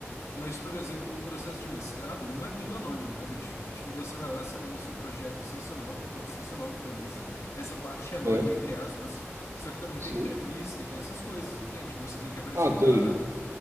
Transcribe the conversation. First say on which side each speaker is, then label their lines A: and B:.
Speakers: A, on the left; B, on the right.
A: Mas, por exemplo, no processo de mestrado, não é tudo anônimo, né, bicho? É, tipo, você vai lá, você manda seu projeto sem seu nome, ou sem seu nome, beleza. Essa parte é anônima,
B: certo?
A: entre aspas. Só que também
B: Sim.
A: tem entrevista, tem essas coisas, não tem? Tipo, você tem que apresentar.
B: Ah, tem,